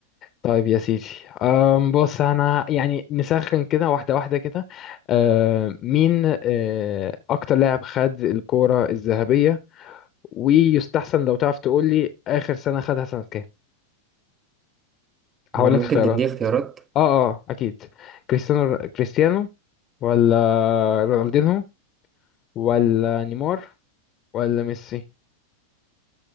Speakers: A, on the left (about 35°); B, on the right (about 25°).
A: طيب يا سيدي أم، بص انا يعني نسخن كده واحده واحده كده أم، مين أه، اكتر لاعب خد الكوره الذهبيه ويستحسن لو تعرف تقول لي اخر سنه خدها سنه كام هقول
B: آه ممكن
A: لك اختيارات
B: تديني اختيارات
A: اه اه اكيد كريستيانو كريستيانو ولا رونالدينهو ولا نيمار ولا ميسي